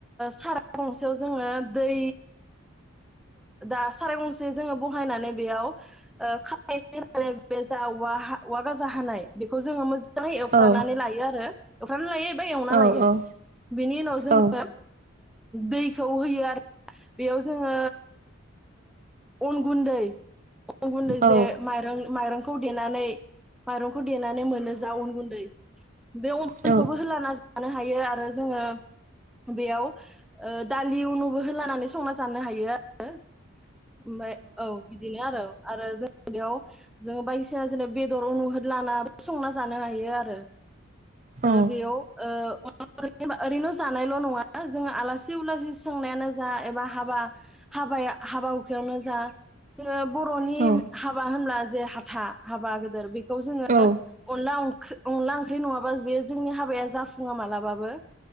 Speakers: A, in the centre; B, on the right.
A: साराय गंसेयाव जोङो दै दा साराय गंसे बहायनानै बेयाव। जा औवा गाजा हानाय। बेखौ जोङो मोजां। मोजाङै एवफ्रानानै
B: औ
A: लायो आरो। एवफ्रामनानै लायो। एवना
B: औ
A: लायो
B: औ
A: बिनि उनाव जोङो
B: औ
A: दैखौ होयो आरो। बेयाव जोङो अन गुन्दै <inaudible>
B: औ
A: मायरंखौ देननानै मामलों देनानै मोनो जा अन गुन्दै बे अन गुन्दैखौबो
B: औ
A: होलाना जानो हायो आरो जोङो। बेयाव ओह दालि उनुबो होलानानै संना जानो हायो आरो। ओमफाय औ बिदिनो आरो आरो जों। याव जों बायदिसिना जोंनो बेदर उनुह होदलाना संना जानो हायो आरो। ओ
B: औ
A: आरो बेयाव ओह ओरैनो जानायल' नङा जोङो आलासि उलासि सोंनायानो जा एबा हाबा हाबाया हाबा हुखायावनो जा ओ बर'नि
B: औ
A: होनब्ला जे हाथा हाबा गोदोर बेख खौ जोङो
B: औ
A: अनला अं अनला ओंख्रि नङाबा बे जोंनि हाबाया जाफुङा मालाबाबो